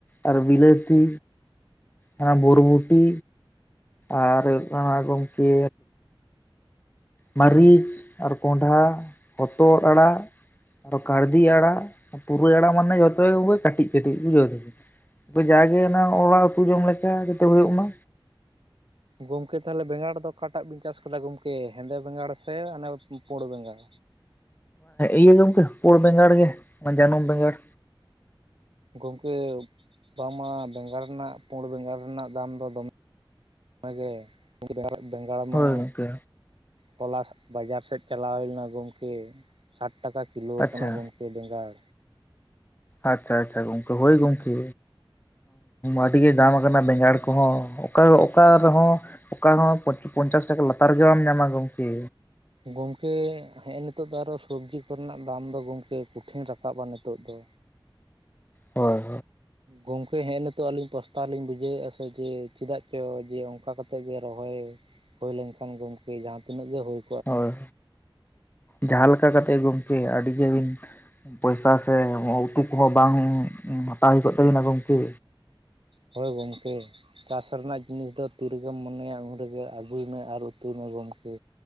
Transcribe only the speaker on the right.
ᱜᱚᱢᱠᱮ ᱛᱟᱦᱚᱞᱮ ᱵᱮᱸᱜᱟᱲ ᱫᱚ ᱚᱠᱟᱴᱟᱜ ᱵᱤᱱ ᱪᱟᱥ ᱟᱠᱟᱫᱟ ᱜᱚᱢᱠᱮ ᱦᱮᱸᱫᱮ ᱵᱮᱸᱜᱟᱲ ᱥᱮ ᱚᱱᱮ ᱯᱳᱲ ᱵᱮᱸᱜᱟᱲ?
ᱜᱚᱝᱠᱮ ᱵᱟᱝᱢᱟ ᱵᱮᱸᱜᱟᱲ ᱨᱮᱱᱟᱜ ᱯᱩᱲ ᱵᱮᱸᱜᱟᱲ ᱨᱮᱱᱟᱜ ᱫᱟᱢ ᱫᱚ ᱫᱚᱢᱮ ᱵᱷᱟᱜᱮ, ᱵᱮᱸᱜᱟᱲ ᱢᱟ
ᱦᱚᱞᱟ ᱵᱟᱡᱟᱨ ᱥᱮᱫ ᱪᱟᱞᱟᱣ ᱦᱩᱭ ᱞᱮᱱᱟ ᱜᱚᱢᱠᱮ᱾ ᱥᱟᱴ ᱴᱟᱠᱟ ᱠᱤᱞᱳ ᱟᱠᱟᱱᱟ
ᱜᱚᱢᱠᱮ ᱵᱮᱸᱜᱟᱲ᱾
ᱜᱚᱝᱠᱮ ᱦᱮᱸᱜ ᱮ ᱱᱤᱛᱚᱜ ᱫᱚ ᱟᱨᱚ ᱥᱚᱵᱡᱤ ᱠᱚᱨᱮᱱᱟᱜ ᱫᱟᱢ ᱫᱚ ᱜᱚᱢᱠᱮ ᱠᱚᱴᱷᱤᱱ ᱨᱟᱠᱟᱵᱟ ᱱᱤᱛᱚᱜ ᱫᱚ᱾
ᱜᱚᱝᱠᱮ ᱦᱮᱜ ᱱᱤᱛᱚᱜ ᱟᱞᱤᱧ ᱯᱚᱥᱛᱟᱣ ᱞᱤᱧ ᱵᱩᱡᱷᱟᱹᱣᱮᱫᱼᱟ ᱥᱮ ᱡᱮ ᱪᱮᱫᱟᱜ ᱪᱚ ᱡᱮ ᱚᱱᱠᱟ ᱠᱟᱛᱮᱜ ᱜᱮ ᱨᱚᱦᱚᱭ ᱦᱩᱭ ᱞᱮᱱᱠᱷᱟᱱ ᱜᱚᱝᱠᱮ ᱡᱟᱦᱟᱸ ᱛᱤᱱᱟᱹᱜ ᱦᱳᱭ
ᱦᱳᱭ ᱜᱚᱝᱠᱮ, ᱪᱟᱥ ᱨᱮᱱᱟᱜ ᱡᱤᱱᱤᱥ ᱫᱚ ᱛᱤ ᱨᱮᱜᱮᱢ ᱢᱚᱱᱮᱭᱟ ᱩᱱ ᱨᱮᱜᱮ ᱟᱹᱜᱩᱭ ᱢᱮ ᱟᱨ ᱩᱛᱩᱭ ᱢᱮ ᱜᱚᱝᱠᱮ,